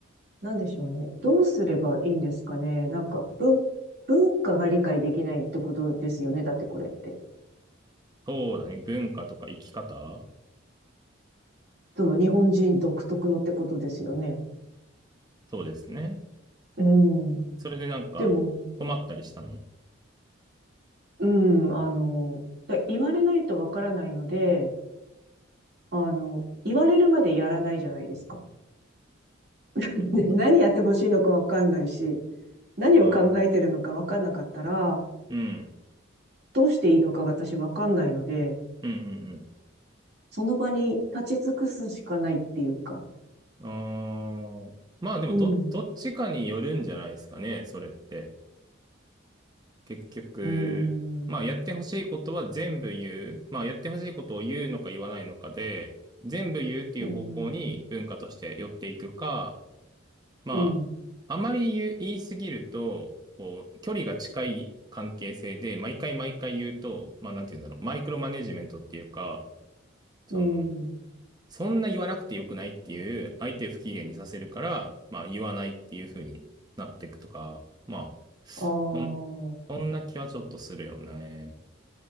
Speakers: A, on the right; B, on the right.
A: なんでしょうね。どうすればいいんですかね。なんか、文、文化が理解できないってことですよね。だってこれって。
B: そうだね。文化とか生き方
A: その日本人独特のってことですよね。
B: そうですね。
A: うん。
B: それでなんか困ったりしたの。
A: でも、うん、あの、だ言われないとわからないので、あの、言われるまでやらないじゃないですか。<laughs>
B: うん、
A: ね何やってほしいのかわかんないし、何を考えてるのかわかんなかったら、
B: うん、うん、
A: どうしていいのか私わかんないので、
B: うん。うん
A: その場に立ち尽くすしかないっていうか。
B: うーん。まあでもど、
A: うん。
B: どっちかによるんじゃないですかね、それって。結局、
A: うーん、
B: まあやってほしいことは全部言う。まあやってほしいことを言うのか言わないのかで、全部言うっていう方向に文化として寄っていくか、
A: うーん、
B: まあ、
A: うん、
B: あまり言う、言いすぎると、こう、距離が近い関係性で、毎回毎回言うと、まあなんて言うんだろう、マイクロマネジメントっていうか、その、
A: うん。
B: そんな言わなくてよくないっていう、相手を不機嫌にさせるから、まあ言わないっていう風になっていくとか、まあ、
A: あ
B: そん、そんな気はちょっとするよね。